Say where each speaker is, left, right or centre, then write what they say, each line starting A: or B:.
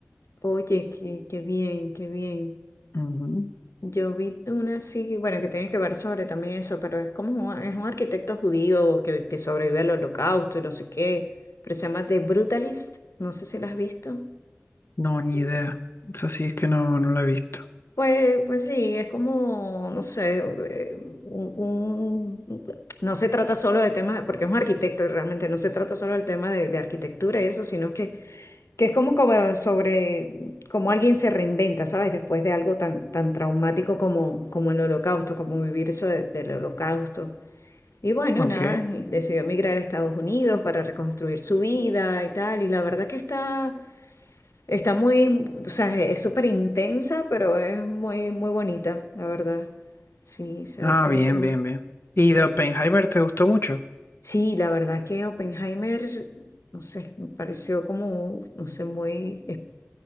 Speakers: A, on the left; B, on the left.
A: oye, qué, qué bien, qué bien.
B: Ujú.
A: Yo vi una así, bueno, que tiene que ver sobre también eso, pero es como un- es un arquitecto judío que, que sobrevive al holocausto y no sé qué, pero se llama The Brutalist, no sé si la has visto.
B: No, ni idea. Eso sí es que no, no lo he visto.
A: Pues, pues sí, es como, no sé, eh, un, un- no se trata solo de temas, porque es un arquitecto y realmente no se trata solo del tema de, de arquitectura y eso, sino que Que es como, como sobre cómo alguien se reinventa, ¿sabes? Después de algo tan, tan traumático como, como el holocausto, como vivir eso de- del holocausto. Y bueno,
B: Ok.
A: nada, y decidió emigrar a Estados Unidos para reconstruir su vida y tal. Y la verdad que está, está muy, o sea, es súper intensa, pero es muy, muy bonita, la verdad. Sí, esa
B: Ah,
A: película.
B: bien, bien, bien. ¿Y
A: me-
B: de Oppenheimer te gustó mucho?
A: Sí, la verdad que Oppenheimer, no sé, me pareció como, no sé, muy